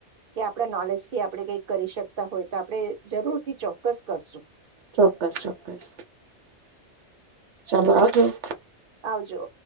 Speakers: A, on the right; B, on the right.
A: કે આપણા નોલેજ થી આપણે કઈક કરી શકતા હોય તો આપણે જરૂર થી ચોક્કસ કરશું.
B: ચોક્કસ ચોક્કસ. ચાલજું.
A: ચાલો આવજો.